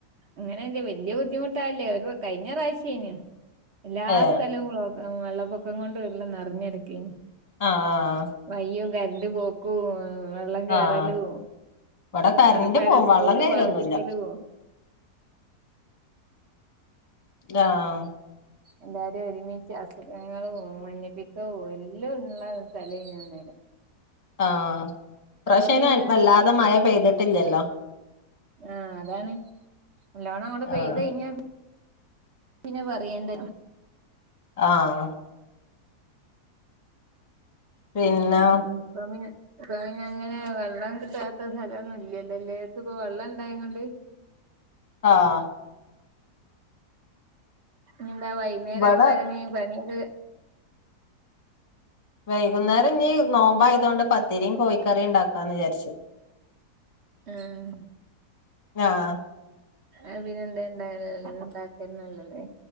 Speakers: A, on the right; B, on the left.
A: അങ്ങനെങ്ങ് വല്യ ബുദ്ധിമുട്ടവല്യ ഒരു കഴിഞ്ഞ പ്രാവശ്യനു എല്ലാ
B: ഏഹ്
A: സ്ഥലവും വെള്ളപ്പൊക്കം കൊണ്ട് വല്ലാം നർഞ്ഞെടുക്കന്
B: ആഹ് ആഹ്
A: വയ്യോ കര്ന്റ് പോക്കും വെള്ളം കേറലൂ
B: ആഹ് ഇവിടെ കരണ്ട്
A: ആൾക്കാരെ
B: പോവും
A: സ്കൂൾല്
B: വള്ളം കയറൊന്നുല്ല
A: പാർപ്പിക്കലു
B: ദാഹ്
A: എല്ലാരും ഒരുമിച്ച് അസുഖങ്ങളും മഞ്ഞപ്പിത്തവും എല്ലുള്ള സ്ഥലനു അന്ന്.
B: ആഹ് ഈ പ്രാശേന
A: പിന്നെ
B: വല്ലാതെ
A: വല്യത്
B: മഴ പെയ്തിട്ടില്ലല്ലോ
A: ആ അതാണ് നല്ലോണങ്ങോടെ പെയ്ത്
B: ആഹ്
A: കയിഞ്ഞ പിന്നെ പറയണ്ടഞ്
B: ആഹ് പിന്നെ
A: അങ്നെയായിട്ട് ഉപ്പപിന്നെ ഇപ്പൊ പിന്നെ അങ്ങനെ വെള്ളം കിട്ടാത്ത സ്ഥലൊന്നും ഇല്ലല്ലോ എല്ലേട്ത് ഇപ്പ വെള്ളം ഇണ്ടായേകൊണ്ട്
B: ആഹ്
A: ഞ്ന്താ വൈന്നേരം
B: ഇവിടെ
A: വരണീ പണിയൊക്കെ
B: വൈകുന്നേരം ഞ്ഞി നോമ്പ ആയതോണ്ട് പത്തിരിയും കോഴിക്കറിയുംണ്ടാക്കാന്ന് വിചാരിച്ചു
A: ആഹ്
B: ആഹ്
A: അപിനന്ദനണ്ടായത് ഉണ്ടാക്കന്നല്ലല്ലേ